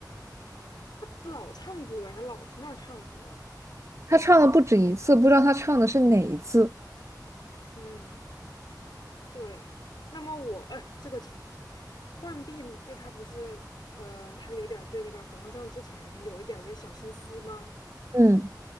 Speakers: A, on the left (about 80°); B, on the right (about 40°).
A: 老唱歌，他老去那儿唱歌。
B: 他唱了不止一次，不知道他唱的是哪一次。
A: 嗯，对。那么我，呃，这个题，浣碧就他不是，呃，他有点儿对这个皇上之前有一点儿这个小心思吗？
B: 嗯，